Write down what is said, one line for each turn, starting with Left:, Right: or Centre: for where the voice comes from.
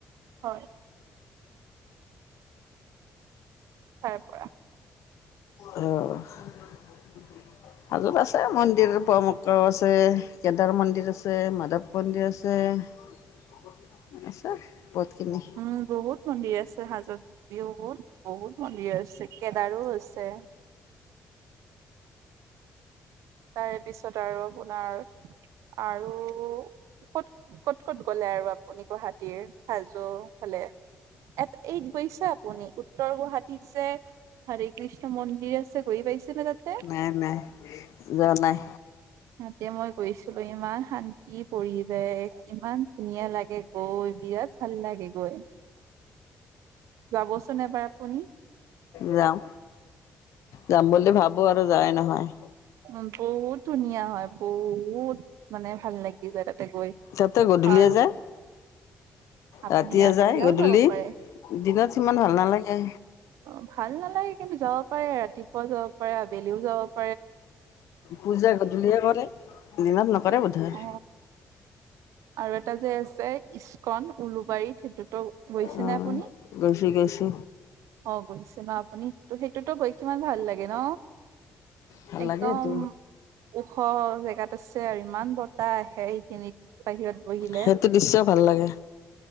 Right: হয়', তাৰ পৰা।
Left: আহ ', হাজোত আছে মন্দিৰ পোৱামক্কাও আছে কেদাৰ মন্দিৰ আছে মাধৱ মন্দিৰ আছে - আছে। বহুতখিনি
Right: উম', বহুত মন্দিৰ আছে হাজত বিহুত বহুত মন্দিৰ হৈছে কেদাৰো হৈছে। তাৰে পিছত আৰু আপোনাৰ আৰু ক'ত- ক'ত - ক'ত গ'লে আৰু আপুনি গুৱাহাটীৰ হাজো ফালে এ ', এই গৈছে আপুনি উত্তৰ গুৱাহাটীত যে হৰি কৃষ্ণ মন্দিৰ আছে গৈ পাইছে? নে তাতে
Left: নাই -নাই। যোৱা নাই।
Right: ততে মই গৈছিলো ইমান শান্তি পৰিৱেশ ইমান ধুনীয়া লাগে গৈ বিৰাট ভাল লাগে। গৈ', যাবচোন এবাৰ আপুনি।
Left: যাম। যাম বুলি ভাবো আৰু যাই নহয়।
Right: উ', বহুত ধুনীয়া হয় বহুত। মানে ভাল লাগি যায় তাতে গৈ
Left: তাতেই গধূলিয়ে
Right: আৰু
Left: যায়
Right: আপুনি
Left: ৰাতি
Right: আগবেলাও
Left: যায় গধূলি
Right: যাব পাৰে
Left: দিনত সিমান ভাল নালাগে।
Right: অ ভাল নালাগে কিন্তু যাব পাৰে ৰাতিপুৱা যাব পাৰে আবেলিও যাব ।
Left: পূজা গধূলিয়ে কৰে দিনত নকৰে বোধই।
Right: অ আৰু এটা যে আছে ইচ্কন উলুবাৰীত। সেইটোতো গৈছে
Left: অ
Right: নে আপুনি
Left: গৈছো গৈছো
Right: অ গৈছে ন আপুনি? ত, সেইটোতো কিমান ভাল লাগে ন।
Left: ভাল
Right: একদম
Left: লাগে এইটো
Right: ওখ জেগাত। আছে আৰু ইমান বতাহ আহে সেইখিনিত। বাহিৰত বহিলে
Left: সেইটো দৃশ্য ভাল লাগে।